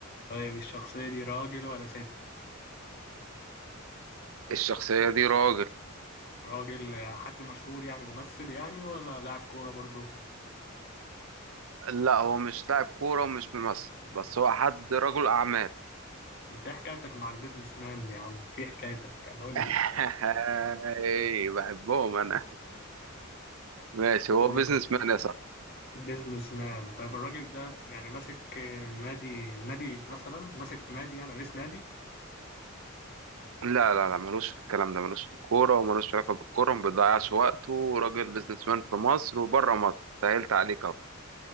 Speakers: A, on the left; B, on the right.
A: طيب الشخصية دي راجل ولا ست؟
B: الشخصية دي راجل
A: راجل آه، حد مشهور يعني ممثل يعني ولا لاعب كورة برضو؟
B: لا هو مش لاعب كورة ومش ممثل بس هو حد رجل أعمال
A: انت ايه حكايتك مع البيزنس مان يا عم؟ ايه حكايتك؟ يعني قول
B: <laughs>
A: لي
B: إيه، بحبهم أنا ماشي هو
A: طيب
B: بيزنس مان يا صاحبي
A: بيزنس مان طيب الراجل ده يعني ماسك آه، نادي نادي مثلا ماسك نادي يعني رئيس نادي
B: لا لا لا ملوش في الكلام ده ملوش في الكورة وملوش في علاقة بالكورة ما بيضيعش وقته راجل بيزنس مان في مصر وبره مصر سهلت عليك أهو